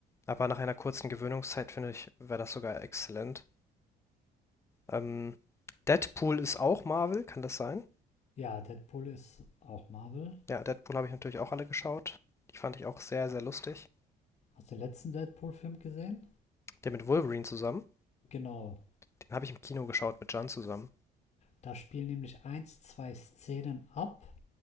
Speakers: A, on the left (about 15°); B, on the left (about 40°).
A: aber nach einer kurzen Gewöhnungszeit, finde ich, wäre das sogar exzellent. Ähm, Deadpool ist auch Marvel, kann das sein?
B: Ja, Deadpool ist auch Marvel.
A: Ja, Deadpool habe ich natürlich auch alle geschaut. Die fand ich auch sehr, sehr lustig.
B: Hast du den letzten Deadpool-Film gesehen?
A: Der mit Wolverine zusammen,
B: Genau.
A: den habe ich im Kino geschaut mit Jan zusammen.
B: Da spielen nämlich eins, zwei Szenen ab,